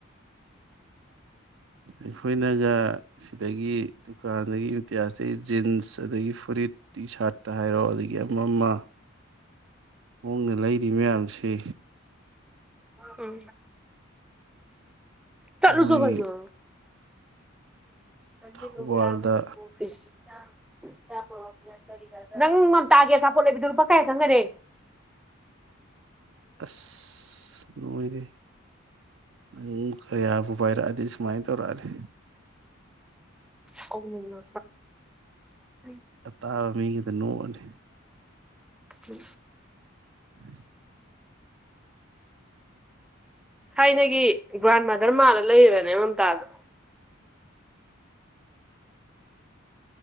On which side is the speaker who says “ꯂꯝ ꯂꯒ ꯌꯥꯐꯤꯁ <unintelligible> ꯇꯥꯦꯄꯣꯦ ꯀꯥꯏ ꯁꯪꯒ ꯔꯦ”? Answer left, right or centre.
Centre